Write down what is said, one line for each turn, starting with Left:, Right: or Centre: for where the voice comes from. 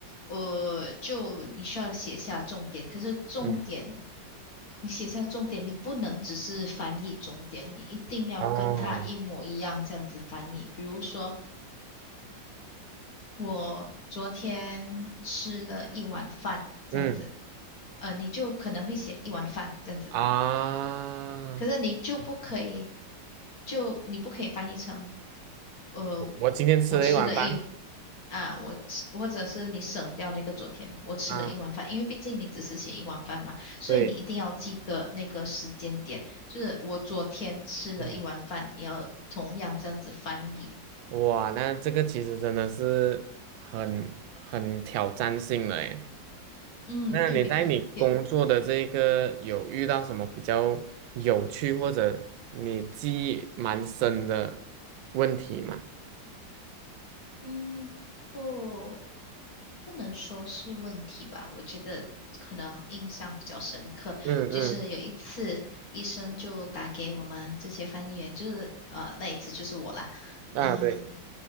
Left: 呃，就你需要写下重点，可是重点，
Right: 嗯
Left: 你写下重点，你不能只是翻译重点，你一定要跟他一模一样这样子翻译。
Right: 哦，
Left: 比如说，我昨天吃了一碗饭，这样子，
Right: 嗯
Left: 呃，你就可能会写一碗饭这样子。
Right: 啊，
Left: 可是你就不可以，就你不可以翻译成，呃，
Right: 我我今天吃了一碗饭
Left: 我吃了一啊，我吃，或者是你省掉那个昨天，我吃了一碗饭，
Right: 啊，
Left: 因为毕竟你只是写一碗饭嘛，所以你一定要记得那个时间点，
Right: 对，
Left: 就是我昨天吃了一碗饭，
Right: 嗯，
Left: 你要同样这样子翻译。
Right: 哇，那这个其实真的是很很挑战性的诶。
Left: 嗯，
Right: 那你在你工作的这个有遇到什么比较有趣或者你记忆蛮深的问题吗？
Left: 对，也，嗯，哦。不能说是问题吧，我觉得可能印象比较深刻，
Right: 嗯嗯，
Left: 就是有一次医生就打给我们这些翻译员，就是呃那一次就是我啦，
Right: 啊对
Left: 嗯，